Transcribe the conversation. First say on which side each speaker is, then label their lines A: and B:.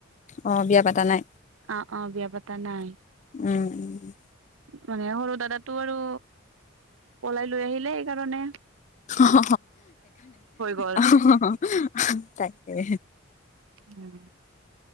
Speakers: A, on the left (about 35°); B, on the right (about 80°).
A: অ বিয়া পাতা নাই
B: অ অ বিয়া পাতা নাই
A: উম
B: মানে সৰু দাদাটো আৰু পলাই লৈ আহিলে এইকাৰণে
A: অ হ
B: গ'ল
A: অ হ তাকে
B: উম